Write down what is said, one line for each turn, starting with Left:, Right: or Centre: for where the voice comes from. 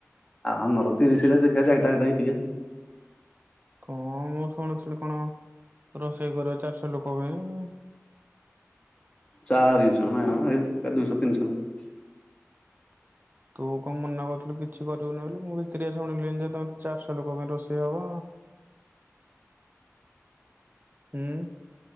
Left: ଆଉ ଆମର ତିରିଶରେ ଦେଖିଆ ଯାଇଥାଇ ଟାକି ଟିକେ
Right: କଣ ମୁଁ ଶୁଣୁଥିଲି କଣ ରୋଷେଇ କର ଚାରିଶହ ଲୋକ ପାଇଁ-
Left: ଚାରିଶହ ନ ଏ ଦୁଇଶହ ତିନିଶହ-
Right: ତୁ କଣ ମନା କରୁଥିଲୁ କିଛି କରିବୁନି ବୋଲି ମୁଁ ଭିତରେଆ ଶୁଣିଲିଣି ଯେ ତମେ ଚାରିଶହ ଲୋକ ପାଇଁ ରୋଷେଇ ହବ- ହୁଁ